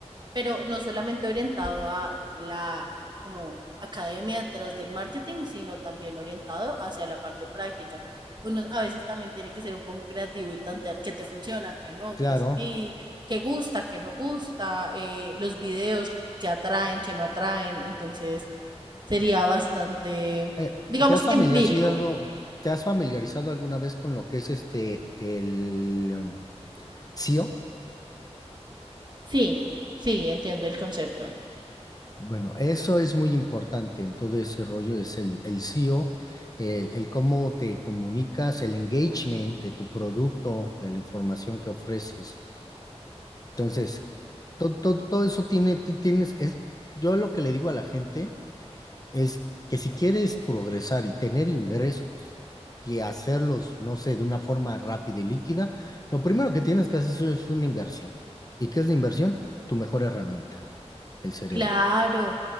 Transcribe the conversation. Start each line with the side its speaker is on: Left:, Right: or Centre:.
Right: pero no solamente orientado a la como academia detrás del marketing, sino también orientado hacia la parte práctica. Uno a veces también tiene que ser un poco creativo y tantear qué te funciona, qué no,
Left: claro.
Right: qué sí, qué gusta, qué no gusta, eh, los videos que atraen, que no atraen. Entonces sería bastante,
Left: Eh,
Right: digamos,
Left: ¿te has familiarizado,
Right: empírico.
Left: te has familiarizado alguna vez con lo que es este, el em, SEO?
Right: Sí, sí, entiendo el concepto.
Left: Bueno, eso es muy importante en todo ese rollo, es el, el SEO, el, el cómo te comunicas, el engagement de tu producto, de la información que ofreces. Entonces, todo, todo, todo eso tiene, ti- tienes, es, yo lo que le digo a la gente es que si quieres progresar y tener ingresos y hacerlos, no sé, de una forma rápida y líquida, lo primero que tienes que hacer es una inversión. ¿Y qué es la inversión? Tu mejor herramienta, el cerebro.
Right: Claro,